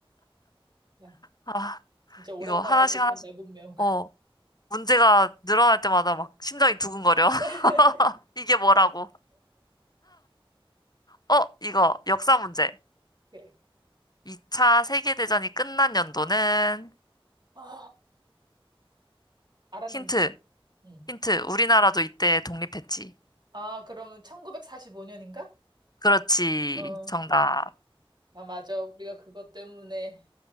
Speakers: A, on the right (about 50°); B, on the left (about 45°).
A: 야,
B: 아,
A: 진짜 오랜만에
B: 이거 하나씩
A: 듣는다,
B: 하나씩.
A: 문명.
B: 어, 문제가 늘어날 때마다 막 심장이 두근거려. <laughs>
A: <laughs>
B: 이게 뭐라고? 어, 이거 역사 문제.
A: 오케이.
B: 2차 세계대전이 끝난 연도는
A: 아, 알았는데?
B: 힌트,
A: 응.
B: 힌트. 우리나라도 이때 독립했지.
A: 아, 그러면 1945년인가?
B: 그렇지.
A: 어.
B: 정답.
A: 아, 맞아. 우리가 그것 때문에